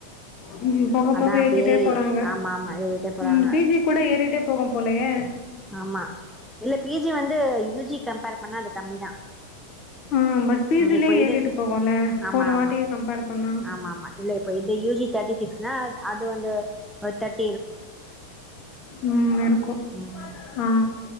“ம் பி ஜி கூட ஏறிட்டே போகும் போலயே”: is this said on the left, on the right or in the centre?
Left